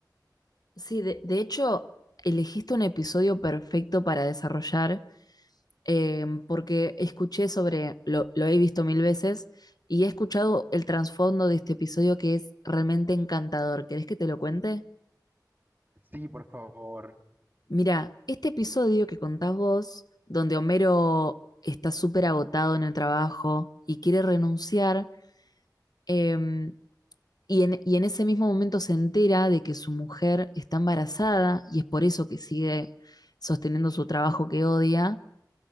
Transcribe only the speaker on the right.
Sí, por favor,